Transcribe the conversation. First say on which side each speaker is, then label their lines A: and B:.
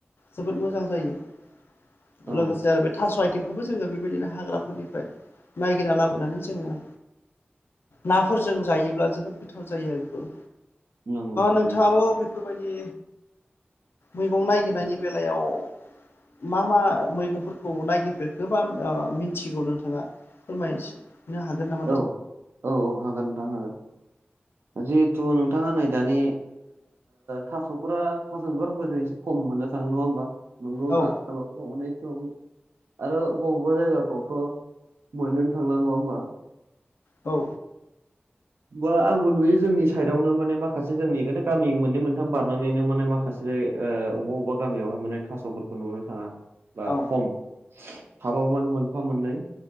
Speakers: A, on the left; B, on the right.
A: जोबोद मोजां जायो
B: औ
A: लोगोसे आरो बे थास' आइथिंखौबो जोङो बेबायदिनो हाग्राफोरनिफ्राय नायगिरना लाबोनानै जोङो नाफोरजों जायोब्ला जोबोद गोथाव जायो आरो बेबो
B: नंगौ
A: नोंथाङाबो
B: औ
A: बेफोरबायदि मैगं नायगिरनायनि बेलायाव मा मा मैगंफोरखौ नायागिरफेरखोबा मिथिगौ नोंथाङा फोरमायनोसै <unintelligible>
B: औ औ औ हागोन नोंथां हागोन जिहेथु नोंथाङा नै दानि थास'फोरा थास' बिबारफोरखौ खम मोननो थाङो नङा होमबा नोंगौ
A: औ
B: आथिखालावथ' अनेगावनो आरो बबेबा जायगाफ्रावथ' मोनोनो थांला नङा होमबा
A: औ
B: बा आंबो नुयो जोंनि साइडआवनो माने माखासे जोंनिनो गामि मोननै मोनथाम बारनानैनो माने माखासे जेरै बबेबा अबेबा गामियावहाय माने थास'फोरखौ नुनो थाङा बा
A: औ
B: खम हाबाबो माने मोनफा मोननै